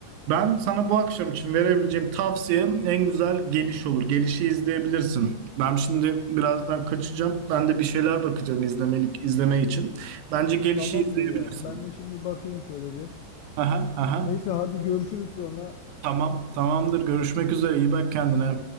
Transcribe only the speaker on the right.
Ben sana bu akşam için verebileceğim tavsiyem en güzel geliş olur. Gelişi izleyebilirsin. Ben şimdi birazdan kaçacağım. Ben de bir şeyler bakacağım izlemelik izleme için. Bence gelişi
izleyebilirsin.
Aha, aha.
Tamam, tamamdır. Görüşmek üzere. İyi bak kendine.